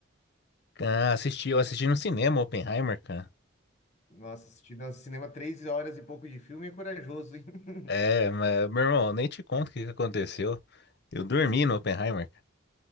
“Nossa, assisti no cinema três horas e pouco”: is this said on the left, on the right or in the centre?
Left